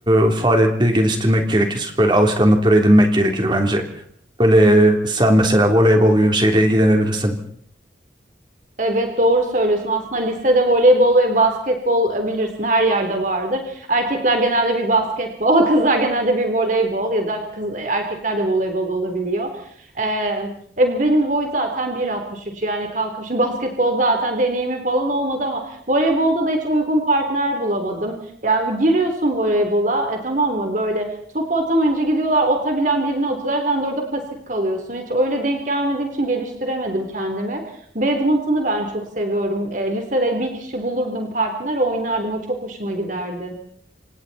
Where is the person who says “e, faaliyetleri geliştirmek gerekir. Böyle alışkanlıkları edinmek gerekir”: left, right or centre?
Right